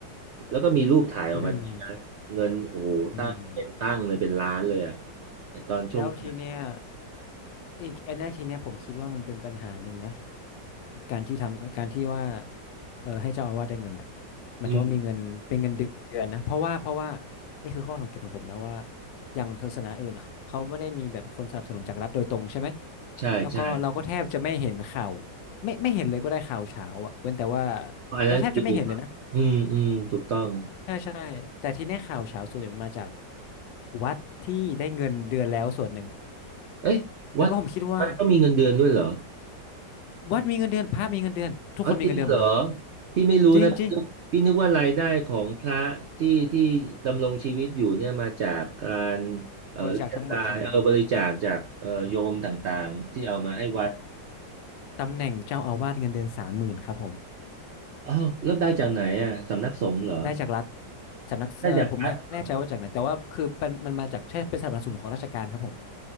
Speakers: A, on the right; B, on the left.
A: แล้วก็มีรูปถ่ายออกมาด้วยนะเงินโอ้โหตั้งเป็นตั้งเลยเป็นล้านเลยอะ
B: อืมอืม
A: แต่ตอนช่วงนี้
B: แล้วทีเนี้ยอีกอันเนี้ยทีเนี้ยผมคิดว่ามันเป็นปัญหาหนึ่งนะการที่ทำการที่ว่าเออให้เจ้าอาวาสได้เงินอ่ะหมายถึงว่ามีเงินเป็นเงินเดือนนะเพราะว่าเพราะว่า
A: อืม
B: นี่คือข้อสังเกตของผมนะว่าอย่างศาสนาอื่นอะเขาไม่ได้มีแบบคนสนับสนุนจากรัฐโดยตรงใช่ไหม
A: ใช่ใช่
B: แล้วก็เราก็แทบจะไม่เห็นข่าวไม่ไม่เห็นเลยก็ได้ข่าวเช้าอ่ะเว้นแต่ว่า
A: เพราะอันนั้นคือ
B: เราแทบจะไม่เห็นเลยนะ
A: อืมอืมถูกต้อง
B: ใช่ใช่แต่ที่เนี่ยข่าวเฉาส่วนใหญ่มันมาจากวัดที่ได้เงินเดือนแล้วส่วนหนึ่ง
A: เอ้ยวัดวัดก็มีเงินเดือนด้วยเหรอ
B: แล้วก็ผมคิดว่าวัดมีเงินเดือนพระมีเงินเดือนทุกคนมีเงินเดือนหมดเลย
A: อ๋อจริงเหรอพี่ไม่รู้นะพี่นึกพี่นึกว่ารายได้ของพระที่ที่ดำรงชีวิตอยู่เนี่ยมาจากการ
B: จริงจริง
A: เออเรียกรายเออบริจาคจากเออโยมต่างๆที่เอามาให้วัด
B: บริจาคทั้งหมดใช่ไหมตำแหน่งเจ้าอาวาสเงินเดือนสามหมื่นครับผม
A: อ้าวแล้วได้จากไหนอ่ะสำนักสงฆ์เหรอ
B: ได้จากรัฐสำนักเออผมไม่แน่ใจว่าจากไหนแต่ว่าคือเป็นมันมาจากใช่เป็นสนับสนุนของราชการครับผม
A: ได้จากวัด